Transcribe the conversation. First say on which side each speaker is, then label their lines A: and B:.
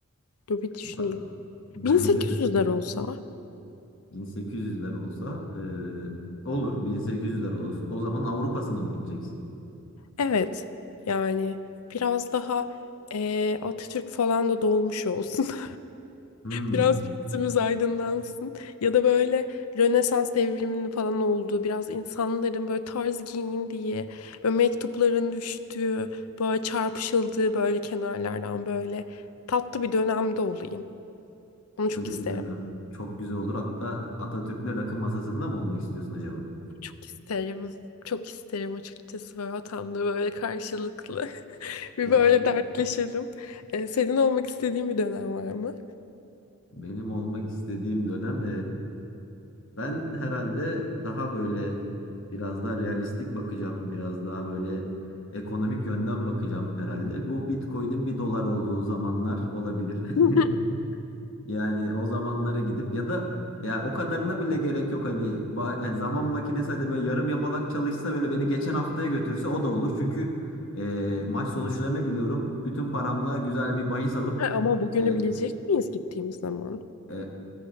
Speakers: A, on the left; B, on the left.
A: Dur bir düşüneyim.
B: Ba- bence
A: 1800'ler
B: de
A: olsa
B: 1800'ler olsa e, olur 1800'ler olsun. O zaman Avrupa'sına mı gideceksin?
A: evet yani biraz daha eee, Atatürk falan da dolmuş olsun. <laughs>
B: Hmm,
A: Biraz gözümüz aydınlansın. Ya da böyle Rönesans devriminin falan olduğu biraz insanların böyle tarz giyindiği böyle mektupların düştüğü böyle çarpışıldığı böyle kenarlardan böyle tatlı bir dönemde olayım. Onu çok
B: öyle
A: isterim.
B: bir dönem. Çok güzel olur. Hatta Atatürk'le rakı masasında mı olmak istiyorsun acaba?
A: Çok isterim. Çok isterim açıkçası böyle atamla böyle karşılıklı. Bir
B: O,
A: böyle dertleşelim. Ee, senin olmak istediğin bir dönem var mı?
B: benim olmak istediğim dönem Ben herhalde daha böyle biraz daha realistik bakacağım. Biraz daha böyle ekonomik yönden bakacağım herhalde. Bu Bitcoin'in bir dolar olduğu zamanlar olabilir.
A: <laughs>
B: <laughs> Yani o zamanlara gidip ya da ya o kadarına bile gerek yok hani ba- yani zaman makinesi hadi böyle yarım yamalak çalışsa böyle beni geçen haftaya götürse o da olur. Çünkü e, maç sonuçlarını biliyorum. Bütün paramla güzel bir bahis alıp
A: Ha, ama bugünü
B: e,
A: bilecek miyiz gittiğimiz zaman?
B: e,